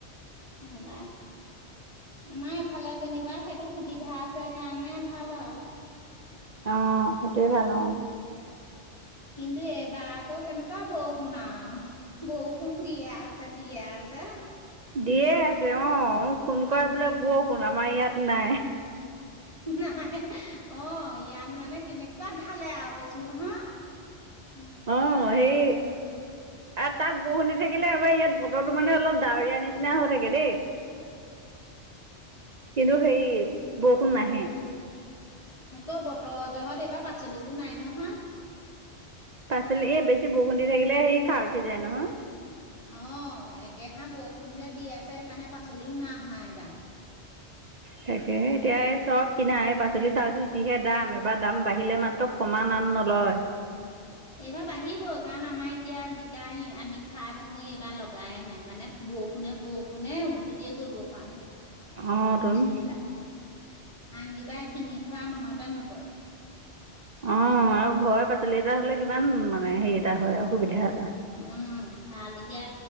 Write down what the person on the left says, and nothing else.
নোলায়। আমাৰ এইফালে যেনিবা সেইটো সুবিধা আছে কাৰণে ভাল আও।
কিন্তু এইবাৰ আকৌ কেনেকুৱা বৰষুণ আও। বৰষুণ দিয়ে আছে, দিয়ে আছে।
উম
না হাঁ হাঁ য় অঁ ইয়াত মানে কেনেকুৱা ঢালে আও কৈছো নহয়। এনেকুৱা
ঢালে অও।
আকৌ বতৰ জহত এইবাৰ পাচলিবোৰ নাই নহয়।
অঁ, একেহা বৰষুণ যে দি আছে সেইকাৰণে পাচলিও নাই হোৱা এবাৰ।
এইবাৰ বাঢ়িব কাৰণ আমাৰ এতিয়া জিকাই আমি খাই থাকো। এইবাৰ লগাই নাই মানে বৰষুণে, বৰষুণে উদগতিয়ে কৰিব পৰা নাই
বস্তুবিলাক। আন কিবা কিনি খোৱা মনতে নপৰে।
উম, ভাল। এতিয়া